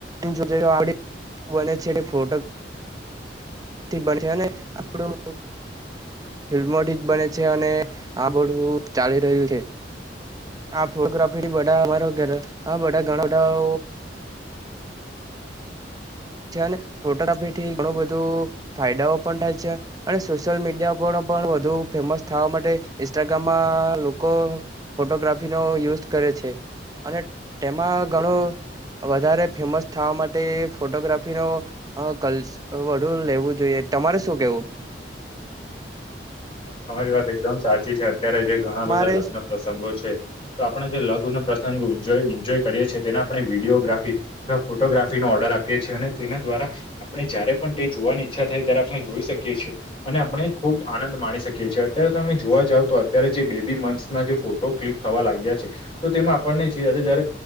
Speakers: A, on the right (about 20°); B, on the left (about 30°).
A: જોડી બને છે એ ફોટો
B: અ <unintelligible>
A: બનશે અને આપડું ફિલ્મો ઠીક બને છે અને આ બધું ચાલી રહ્યું છે. આ ફોટોગ્રાફી બધા અમારા ઘર આ બધા ઘણા બધા ને ફોટોગ્રાફી થી ઘણું બધું ફાયદાઓ પણ થાય છે અને સોશિયલ મીડિયા પણ વધુ ફેમસ થાવા માટે ઇન્સ્ટાગ્રામમાં લોકો ફોટોગ્રાફી નો યુઝ કરે છે. અને તેમાં ઘણો વધારે ફેમસ થવા માટે ફોટોગ્રાફીનો કલ્ વડું લેવું જોઈએ તમારે શું કેવું
B: તમારી વાત એકદમ સાચી છે અત્યારે જે ઘણા
A: તમારે
B: બધા લગ્ન પ્રસંગો છે. તો આપણે જે લગ્નનો પ્રસંગ એન્જોય કરીએ છી તેને આપણે વિડીયોગ્રાફી ફોટોગ્રાફી નો ઓર્ડર આપીએ છીએ અને તેના દ્વારા આપણે જયારે પણ તે જોવાની ઈચ્છા થાય ત્યારે આપણે જોઈ શકીએ છીએ અને આપણે ખૂબ આનંદ માણી શકીએ છીએ અત્યારે તમે જોવા જાવ તો અત્યારે જે બેબી મંથસના જે ફોટો ક્લિક થવા લાગ્યા છે તો તેમાં આપણને છીએ જયારે